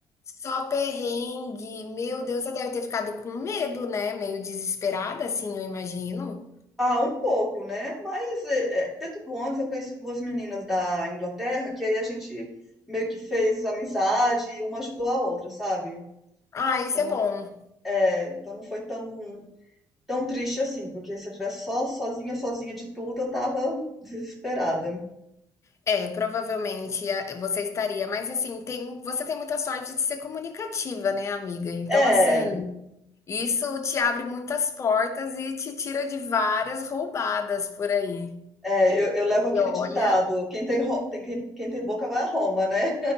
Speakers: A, on the left; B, in the centre.
A: Só perrengue. Meu Deus, você deve ter ficado com medo, né? Meio desesperada, assim, eu imagino.
B: Ah, um pouco, né? Mas é, é, dentro do ônibus eu conheci duas meninas da Inglaterra que aí a gente meio que fez amizade e uma ajudou a outra, sabe?
A: Ah, isso
B: Então,
A: é bom.
B: é, então não foi tão, tão triste assim, porque se eu tivesse só sozinha, sozinha de tudo, eu tava desesperada.
A: É, provavelmente a- você estaria, mas assim, tem, você tem muita sorte de ser comunicativa, né, amiga? Então,
B: É,
A: assim, isso te abre muitas portas e te tira de várias roubadas por aí.
B: É, eu, eu levo aquele
A: E olha,
B: ditado, quem tem, ro- tem quem, quem tem boca vai a Roma, né?